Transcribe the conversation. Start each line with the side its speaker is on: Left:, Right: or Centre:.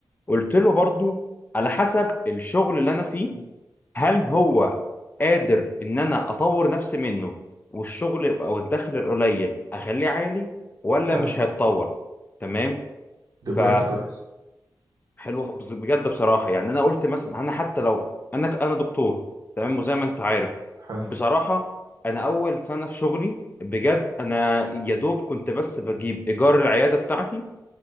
Left: قلت له برضو على حسب الشغل اللي انا فيه هل هو قادر ان انا اطور نفسي منه والشغل او الدخل القليل اخليه عالي ولا
Right: حلو
Left: مش هيتطور تمام
Right: دي بوينت
Left: ف
Right: كويس
Left: حلو خ- بس بجد بصراحه يعني انا قلت مثلا انا حتى لو انا ك- انا دكتور تمام وزي ما انت عارف
Right: حلو
Left: بصراحه انا اول سنه في شغلي بجد انا يا دوب كنت بس بجيب ايجار العياده بتاعتي